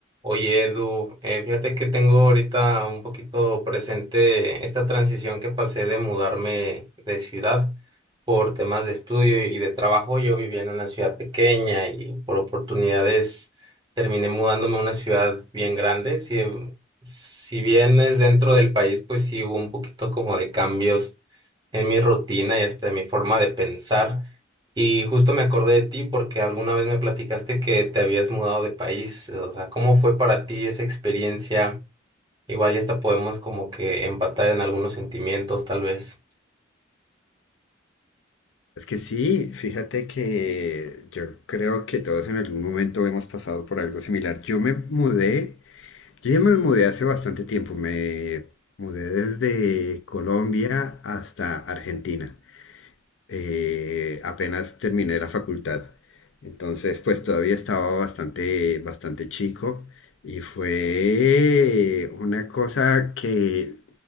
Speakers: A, on the right; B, on the left.
A: Oye, Edu, eh, fíjate que tengo ahorita un poquito presente esta transición que pasé de mudarme de ciudad por temas de estudio y de trabajo. Yo vivía en una ciudad pequeña y por oportunidades terminé mudándome a una ciudad bien grande. Si, si bien es dentro del país, pues sí hubo un poquito como de cambios en mi rutina y hasta en mi forma de pensar. Y justo me acordé de ti porque alguna vez me platicaste que te habías mudado de país. O sea, ¿cómo fue para ti esa experiencia? Igual ya hasta podemos como que empatar en algunos sentimientos, tal vez.
B: Es que sí, fíjate que yo creo que todos en algún momento hemos pasado por algo similar. Yo me mudé, yo ya me mudé hace bastante tiempo, me mudé desde Colombia hasta Argentina eh, apenas terminé la facultad. Entonces, pues todavía estaba bastante, bastante chico y fue una cosa que,